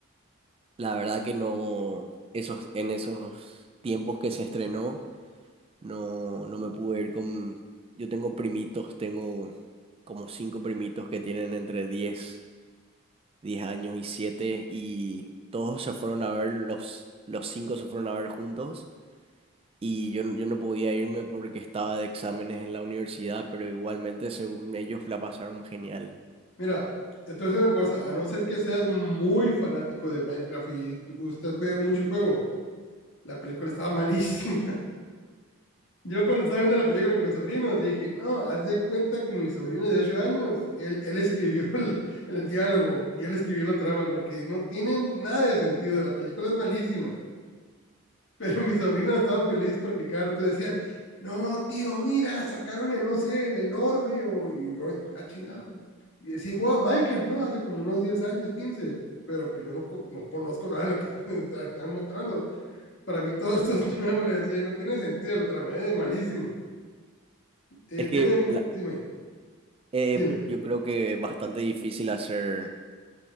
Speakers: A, on the right; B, on the left.
A: La verdad que no, esos, en esos tiempos que se estrenó, no, no me pude ir con... Yo tengo primitos, tengo como cinco primitos que tienen entre diez diez años y 7 y todos se fueron a ver, los, los cinco se fueron a ver juntos y yo, n- yo no podía irme porque estaba de exámenes en la universidad, pero igualmente según ellos la pasaron genial.
B: Mira, yo te voy una cosa, a no ser que seas muy fanático de Minecraft y tú- usted juegue mucho el juego, la película estaba <laughs> malísima. Yo cuando estaba viendo la película con mis sobrinos dije, no, haz de cuenta que mi sobrino de 8 años, él, él escribió <laughs> el, el diálogo y él escribió la trama porque no tienen nada de sentido, la película es malísima, <laughs> pero mis sobrinos estaban felices porque cada rato decían, no, tío, mira, sacaron el, no sé, el, el orbe o, y yo, ah, chingado, y sí jugaba Minecraft, ¿no? Hace como unos 10 años, quince pero pues yo no, co- no conozco nada de lo que <laughs> está- están mostrando, para mí todo esto es nuevo, <laughs> le decía, y no tiene sentido la trama, es malísimo eh,
A: Es
B: tiene,
A: que la-
B: dime,
A: eh,
B: dime.
A: yo creo que es bastante difícil hacer